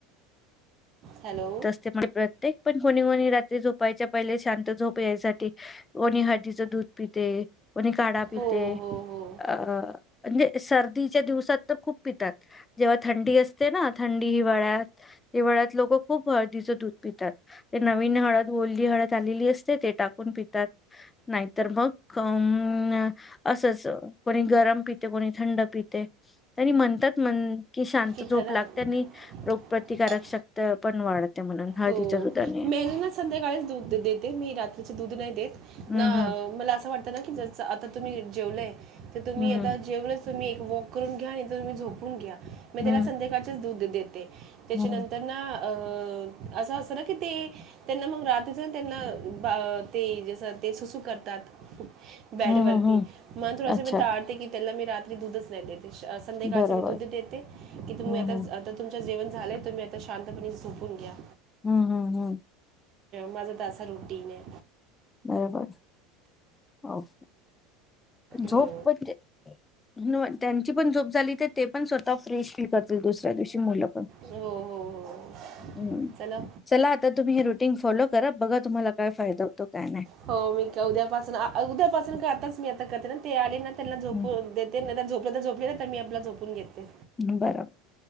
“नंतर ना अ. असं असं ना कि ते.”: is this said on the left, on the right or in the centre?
Right